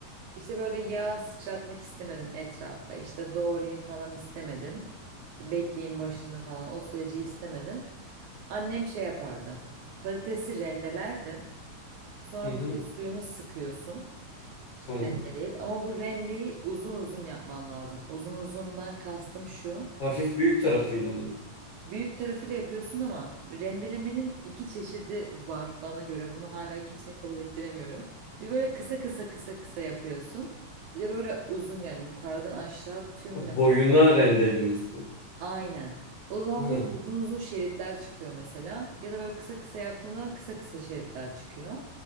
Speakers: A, on the right (about 75°); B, on the left (about 85°).
A: İşte böyle yağ sıçratmak istemedin etrafa. İşte doğrayayım falan istemedin. Bekleyin başında falan o süreci istemedin. Annem şey yapardı. Patatesi rendelerdi. Sonra
B: hı hı,
A: böyle suyunu sıkıyorsun
B: tamam.
A: rendeleyip ama bu rendeyi uzun uzun yapman lazım. Uzun uzundan kastım şu.
B: Hafif büyük tarafıyla mı? <laughs>
A: Büyük tarafıyla yapıyorsun ama rendelemenin iki çeşidi var bana göre. Bunu hala kimseye kabul ettiremiyorum. Bir böyle kısa kısa kısa kısa yapıyorsun. Bir de böyle uzun yani yukarıdan aşağı tüm
B: Ha,
A: mesela.
B: Boyuna rendeliyorsun.
A: Aynen. O zaman
B: Ha,
A: böyle uzun uzun şeritler çıkıyor mesela. Ya da böyle kısa kısa yaptığın zaman kısa kısa şeritler çıkıyor.